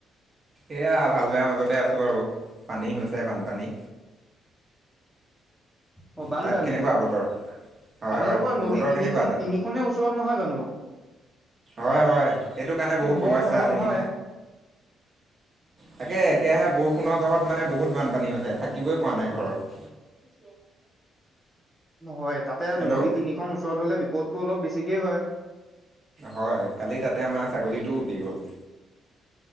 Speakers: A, on the right; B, in the centre.
A: এয়া ভাল-বেয়া মাজতে আছোঁ আৰু, পানী হৈছে, বানপানী।
B: অ', বানপানী।
A: তাত কেনেকুৱা বতৰ হয়
B: আপোনালোকৰ,
A: হয়
B: নদী,
A: বতৰ
B: তিনিখন,
A: কেনেকুৱা তাত
B: তিনিখনে ওচৰত নহয় জানোঁ?
A: হয়, হয়, সেইটো কাৰণে বহুত
B: বৰ
A: সমস্যা,
B: ভাল নহয়
A: তিনি তাকে একেৰাহে, বৰষুণৰ জহত মানে বহুত বানপানী হৈছে, থাকিবই পৰা নাই ঘৰত।
B: <unintelligible> হয়, তাতে
A: হেল্ল'
B: নদী তিনিখন ওচৰত হ'লে, বিপদটো অলপ বেছিকেই হয়।
A: হয়, কালি তাতে আমাৰ ছাগলীটো উটি গ'ল।